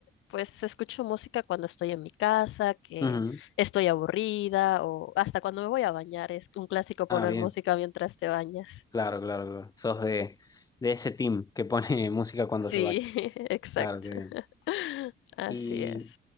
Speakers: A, on the left; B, on the left.
A: pues escucho música cuando estoy en mi casa, que
B: Ujú.
A: estoy aburrida o hasta cuando me voy a bañar, es un clásico poner
B: Ah, bien.
A: música mientras te bañas.
B: Claro, claro, claro. Sos de, de ese team que pone <laughs> música cuando
A: Sí,
B: se baña.
A: <laughs> exacto.
B: Claro, qué bien.
A: <laughs> Así
B: Y,
A: es.